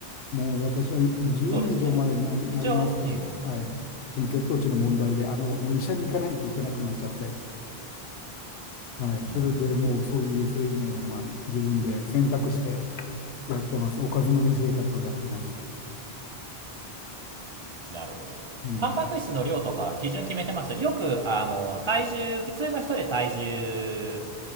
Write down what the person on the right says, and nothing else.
そうですね。
一応、うん、
うん、
なるほど。
タンパク質の量とか基準決めてます。よく、あの、体重、普通の人で体重